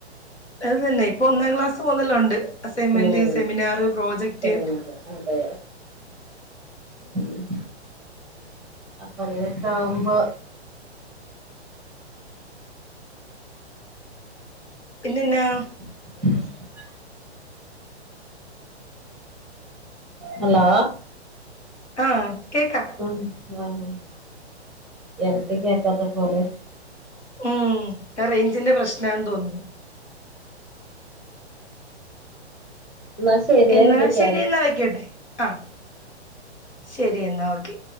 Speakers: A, on the left; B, in the centre.
A: അത് തന്നെ ഇപ്പൊ ഒന്നാം ക്ലാസ്സ് മൊതലൊണ്ട് അസൈൻമെന്റ്
B: ഉം
A: സെമിനാറ് പ്രോജക്ട്
B: സെമിനാർ അതെ ഉം അപ്പൊ അങ്ങനൊക്കെ ആവുമ്പോ
A: പിന്നെന്നാ?
B: <inaudible> ഹലോ
A: ആഹ് കേക്കാം
B: ഉം ആഹ് എടക്ക് കേക്കാത്ത പോലെ
A: ഉം അത് റേഞ്ചിന്റെ പ്രശ്നാന്ന് തോനുന്നു
B: എന്നാ ശരിയേ
A: എന്നാ
B: ഇത്
A: ശരി എന്നാ വയ്ക്കട്ടെ ആഹ് ശരി എന്നാ ഓക്കെ